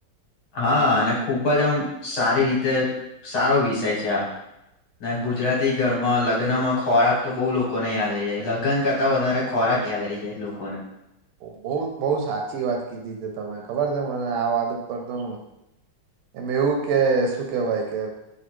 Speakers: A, on the left (about 75°); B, on the right (about 85°).
A: હા, અને ખૂબ જ આમ સારી રીતે સારો વિષય છે આ ગુજરાતી ઘરમાં લગ્ન માં ખોરાક તો બહુ લોકોને યાદ રહી જાય. લગ્ન કરતા વધારે ખોરાક યાદ રહી જાય લોકોને
B: બઉ બઉ સાચી વાત કીધી છે, તમે ખબર તમારે આ વાત ઉપર તો એમ એવું કે શું કેહેવાય કે